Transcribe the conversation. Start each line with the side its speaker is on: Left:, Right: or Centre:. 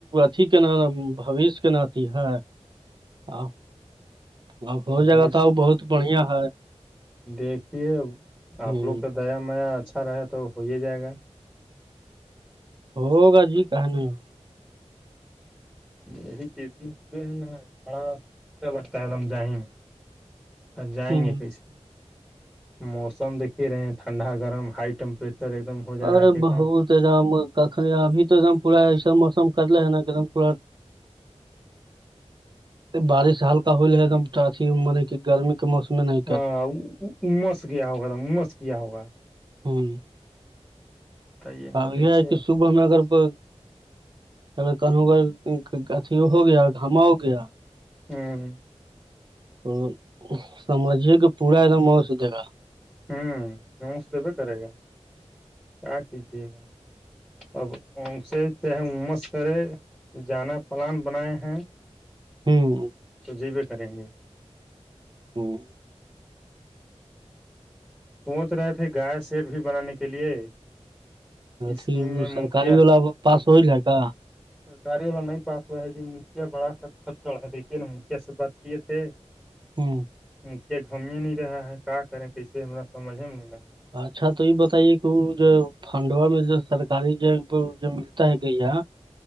Right: اھی کہ ن بوش کے نتی ہے آ ہ ہو
Centre: بوشیہ
Right: جگہ تو آ بہت بڑھیا ہے
Centre: دیکھیے
Right: ہ
Centre: آپ لوگ کا دیا میا اچھا رہے تو ہو ہی جائے گا
Right: ہو گا جی کہ نہیں ہو
Centre: یہی چتنے دے ہے نا بڑا سسیا لگتا ہے دم جائیں سر جائیں گے
Right: ہ
Centre: کیسے موسم دیکھے رہے ہیں ٹھنڈا گرم ہائی ٹیمپریچر ایک دم ہو جا
Right: ارے
Centre: رہا ہے
Right: بہت
Centre: کتنا
Right: ایک دم کن ابھی تو ایکم پورا ایسا موسم کدلے ہیں نا پورا بارش ہلکا ہول ایک دم ا م کی گرمی موسم میں نہیں
Centre: ہاں مس گیا ہوگامس گیا ہوگا
Right: ہوں
Centre: بتائیے نا
Right: اب
Centre: کیسے
Right: یہ ہے کہ
Centre: ہوں
Right: صبح میں اگر کو اگر کہوں گ اھی ہو گیا گھما ہو گیا
Centre: ہوں
Right: تو سمجھیے کہ پورا ایکدم مو س دے گا
Centre: ہوں نس دیبے کرے گا کیا کیجیے گا اب سے چےس کرے جانا پلان بنائے ہیں
Right: ہوں
Centre: تو جی بھی کریں گے
Right: <unintelligible>
Centre: سوچ رہے تھے گائے سیٹ بھی بنانے کے لیے اسکیم
Right: اھی وہ
Centre: میں مکھیا
Right: سرکاری والا پاس ہوئل ہے کا
Centre: سرکاری والا نہیں پاس ہوا ہے جی مکھیا بڑا سر ک چڑا ہے دیکھیے نا مکھیا سے بات کیے تھے
Right: ہوں
Centre: مکھیا گھم نہیں رہا ہے کیا کریں کیسے ہما سمجھ میں نہیں لگ رہا
Right: اچھا تو یہ بتائیے کہ جو فھڈوا میں جو سرکاری ج جو ملتا ہے کہیا